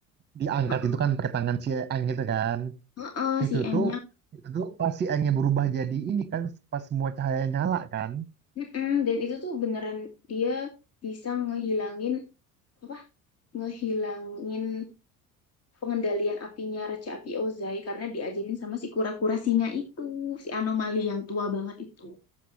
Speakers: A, on the right; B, on the left.
A: diangkat
B: Heeh,
A: itu kan pakai tangan si Aang gitu kan.
B: heeh,
A: Itu
B: si Engnya
A: tuh, itu tuh pas si Aangnya berubah jadi ini kan, pas semua cahaya nyala kan.
B: Mm-mm, dan itu tuh beneran dia bisa ngehilangin apa? Ngehilangin pengendalian apinya Raja Api Ozai karena diajarin sama si kura-kura singa itu, si anomali yang tua banget itu.